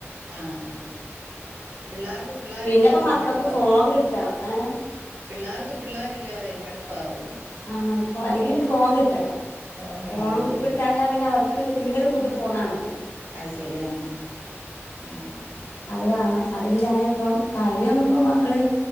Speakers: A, on the right; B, on the left.
A: ആഹ് ആഹ് ആഹ്. പിളള്യാർക് പിള്ളേരെല്ലാവരും
B: പിന്നെപ്പോ മക്കൾക്ക്
A: മടുപ്പാവും.
B: ഫോൺ കിട്ടണം ഏഹ്
A: പിള്ള്യാർക്ക് പിള്ള്യാരില്ലാതെ മടുപ്പാകും.
B: ആഹ് മടുപ്പ അല്ലെങ്കിൽ പിന്നെ ഫോൺ കിട്ടണം
A: ഫോൺ വേണോ
B: ഫോണും
A: ആ, ആ,
B: കിട്ടാഞ്ഞാ
A: ആ.
B: പിന്നെ അവർ ക്ക് പിന്നൊരു കൂട്ട് ഫോണാണല്ലോ.
A: അയ്ശെരി ആഹ് ആഹ് ആഹ്.
B: അത് വാണം, അതില്ലാഞാപ്പം കളൊന്നുപ്പോ മക്കള്.